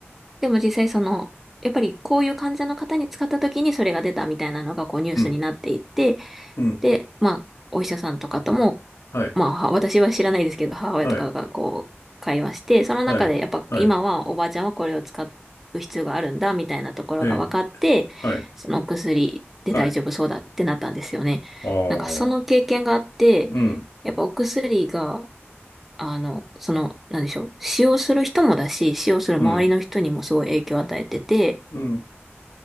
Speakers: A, in the centre; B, on the left.
A: でも実際その、やっぱりこういう患者の方に使った時にそれが出たみたいなのがこうニュースになっていって、
B: うん、うん、
A: で、まあ、お医者さんとかとも
B: はい、
A: まあ、は私は知らないですけど、母親とかがこう、
B: はい、
A: 会話して、その中でやっぱ今はおばあちゃんはこれを使う必要があるんだ、
B: はい、はい、
A: みたいなところが分かって、
B: ええ、はい、
A: その薬で大丈夫そうだってなったんですよね。
B: はい、ああ、
A: なんかその経験があって、
B: うん、
A: やっぱお薬が、あの、その、なんでしょう、使用する人もだし、使用する周りの人にもすごい影響を与えてて、
B: うん、うん、